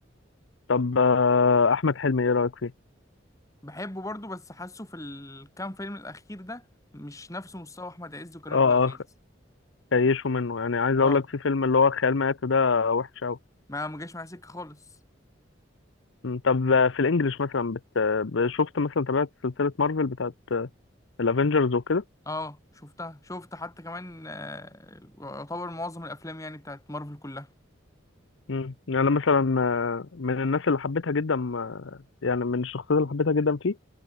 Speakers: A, on the left; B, on the left.
A: طب آه احمد حلمي ايه رايك فيه
B: بحبه برضو بس حاسه في الكام فيلم الاخير ده مش نفس مستوى احمد عز وكريم
A: اه
B: عبد العزيز
A: كيشوا منه يعني عايز اقول
B: اه
A: لك في فيلم اللي هو خيال مآتة ده وحش قوي
B: ما ما جاش معايا سكه خالص
A: طب آه، في الانجليش مثلا بت... آه، شفت مثلا تابعت سلسلة مارفل بتاعت الافينجرز وكده
B: اه شفتها شفت حتى كمان آه، يعتبر معظم الافلام يعني بتاعت مارفل كلها
A: مم. يعني أنا مثلا آه، من الناس اللي حبيتها جدا آه، يعني من الشخصيات اللي حبيتها جدا فيه